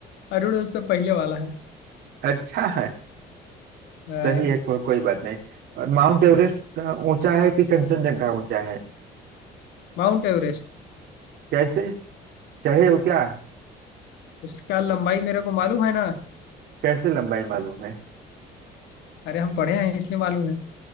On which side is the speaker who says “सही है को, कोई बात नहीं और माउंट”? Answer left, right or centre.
Right